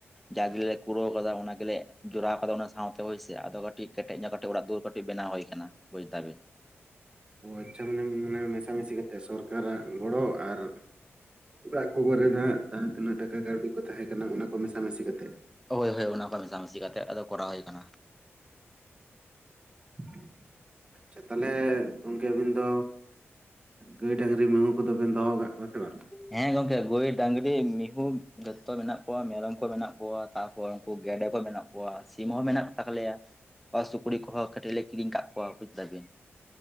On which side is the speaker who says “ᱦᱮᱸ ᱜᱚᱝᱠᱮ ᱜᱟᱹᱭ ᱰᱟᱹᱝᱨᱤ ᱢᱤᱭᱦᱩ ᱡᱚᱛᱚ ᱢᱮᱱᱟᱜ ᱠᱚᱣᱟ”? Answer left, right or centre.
Centre